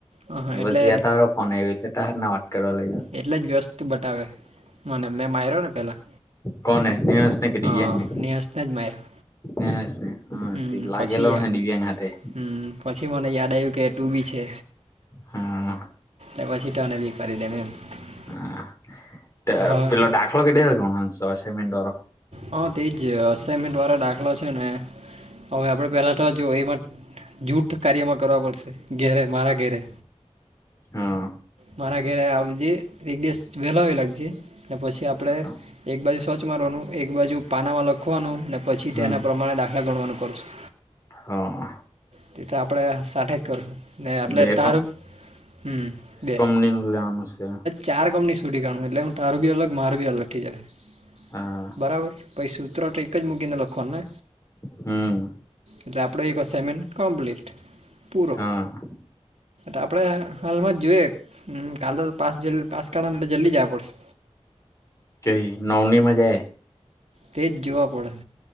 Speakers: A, on the right; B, on the left.
A: હા
B: ને પછી
A: એટલે
B: તારો ફોન આવો એટલે તારના વાત કરવા લાગો.
A: એટલે જ વ્યસ્ત બતાવે મને મે માર્યાને પેલા.
B: કોને મહેશ ને કે
A: હા
B: દિવ્યાંગને,
A: નિહસને જ માર્યો
B: હ હ
A: હમ
B: ત લાગેલો
A: પછી
B: હ ડિવ્યાંગ હાથે.
A: હમ પછી મને યાદ આવ્યું કે ટુબી છે,
B: હા
A: એ પછી તને બી કરી દેમ એમ. <inaudible>
B: હા
A: હા
B: પેલો દાખલો કેદે સેમેન્ટ વારો.
A: હા તેજ અસાઈનમેન્ટ વાળા દાખલા છે, ને હવે આપણે પહેલા તોજો એમાં. જૂઠ કાર્યમાં કરવા પડશે ઘેરે મારા ઘેરે.
B: હા
A: મારા ઘરે આવજે એક દિવસ વહેલાવી લાગશે પછી. કે આપડે
B: હા
A: એકબાજુ સ્વછ મારવાનું એક બાજુ પાના મા લખવાનુ પછી
B: હમ
A: તેના પ્રમાણે પહેલા ગણવાનું કરું છું.
B: હા.
A: તે તો આપડે સાઠે જ કરશું ને એટલે
B: બે
A: તારું હમ્મ દે.
B: <unintelligible> આનું છે
A: ચાર કંપની સુધી ગણ એટલે હું તારું બી અલગ મારું બી અલગ થી જાય
B: હા
A: બરાબર પછી સૂત્ર તો એક જ મૂકીને લખવાનું ને
B: હમ
A: એટલે આપણે એક અસાઈનમેન્ટ કમ્પેલિટ પૂરો
B: હા
A: આપણે હાલમાં જ જોઈએ હમ્મ કાલ પાસ જ પાસ <unintelligible> જલ્દી જવા પડશે.
B: જોઈ નવનીમાં જાય.
A: તેજ જોવા પડશે.